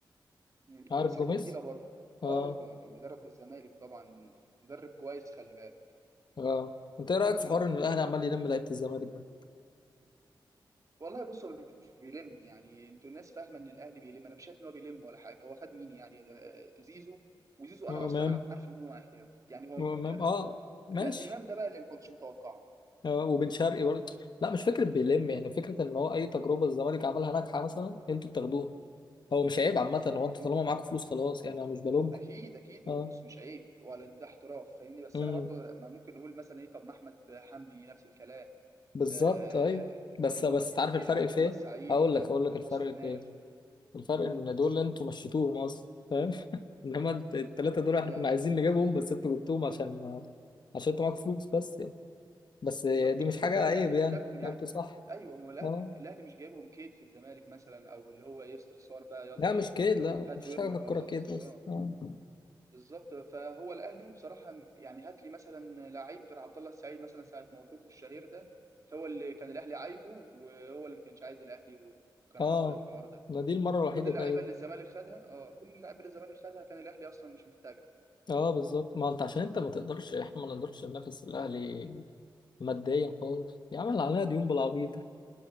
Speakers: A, on the right; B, on the left.
A: مم. جوميز
B: عارف جوميز
A: حته تقيله برضو اه
B: اه
A: كان بيدرب الزمالك طبعا مدرب كويس خلي بالك
B: اه انت ايه رأيك في حوار ان الاهلي عمال يلم لعيبة الزمالك ده
A: والله بص هو مش بيلم يعني انتوا الناس فاهمه ان الاهلي بيلم انا مش شايف ان هو بيلم ولا حاجه هو خد مين يعني آه، زيزو وزيزو
B: وامام
A: انا اصلا عارف ان هو اهلاوي يعني هو
B: وامام
A: كان
B: اه ماشي
A: لا امام ده بقى اللي ما كنتش متوقعه
B: آه وبن شرقي برضه لا مش فكرة بيلم يعني فكرة ان هو اي تجربة الزمالك عملها ناجحة مثلا انتوا بتاخدوها هو مش عيب عامة هو
A: طب
B: انتوا طالما معاكم فلوس خلاص يعني انا مش بلومكم
A: اكيد اكيد
B: اه
A: هو بص مش عيب ولا ده احتراف فاهمني بس
B: إمم.
A: انا برضو ما ممكن نقول مثلا ايه طب ما احمد حمدي نفس الكلام
B: بالظبط
A: آه،
B: ايوه بس
A: فاهمني
B: بس تعرف الفرق
A: عبد
B: في
A: الله
B: ايه
A: السعيد
B: اقول لك اقول لك الفرق
A: ناصر ماهر
B: في ايه الفرق
A: مم،
B: ان دول انتوا مشيتوهم اصلا فاهم <laughs> انما الت- التلاتة دول
A: تمام
B: احنا كنا عايزين نجيبهم بس انتوا جبتوهم عشان عشان انتوا معاكوا فلوس بس يعني بس
A: بالظبط
B: دي مش
A: وغير
B: حاجة
A: كده الاهلي
B: عيب يعني
A: محتاجهم يعني
B: انتوا صح
A: ايوه هو الاهلي
B: اه
A: الاهلي مش جايبهم كيد في الزمالك مثلا او اللي هو ايه استخسار بقى يلا
B: لا مش
A: ايه
B: كده لا
A: هات
B: مش
A: وارمي
B: حاجة في
A: وخلاص
B: الكورة كده
A: اه
B: اصلا اه
A: بالظبط فهو الاهلي بصراحه يعني هات لي مثلا لعيب غير عبد الله السعيد مثلا ساعه موقفه الشهير ده هو اللي كان الاهلي عايزه وهو اللي ما كانش عايز الاهلي وكان
B: اه
A: حصل الحوار ده
B: ما دي المرة الوحيدة
A: كل اللعيبه
B: تقريبا
A: اللي الزمالك خدها اه كل اللعيبه اللي الزمالك خدها كان الاهلي اصلا مش محتاجها
B: اه بالظبط ما انت عشان انت ما تقدرش احنا ما نقدرش ننافس الاهلي ماديا خالص يا عم اللي علينا ديون بالعبيط